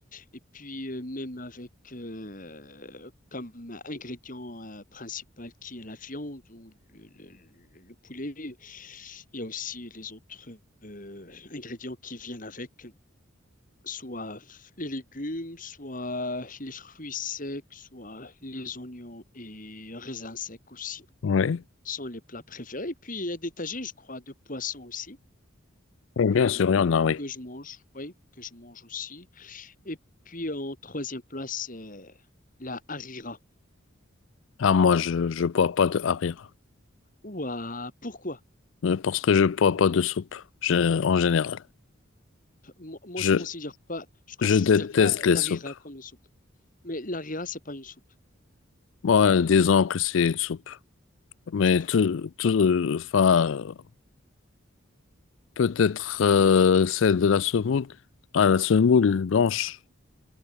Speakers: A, on the left (about 40°); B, on the left (about 70°).
A: et puis euh, même avec euh, comme ingrédient euh, principal qui est la viande ou le, le- le- le poulet. Il y a aussi les autres euh, ingrédients qui viennent avec, soit les légumes, soit les fruits secs, soit les oignons et raisins secs aussi
B: Oui.
A: sont les plats préférés. Puis il y a des tagines, je crois, de poissons aussi
B: Oui,
A: que,
B: Bien sûr, il y en a, oui.
A: que je mange, oui, que je mange aussi. Et puis en troisième place, c'est la harira.
B: Ah, moi, je, je bois pas de harira.
A: Ouah, pourquoi?
B: euh, parce que je bois pas de soupe, je, en général.
A: P- Moi, moi,
B: Je,
A: je considère pas, je considère
B: je déteste
A: pas
B: les
A: l'harira
B: soupes.
A: comme une soupe. Mais l'harira, c'est pas une soupe.
B: Moi, disons que c'est une soupe. Mais
A: Fou.
B: tout, tout, enfin, peut-être euh, celle de la semoule, à la semoule blanche.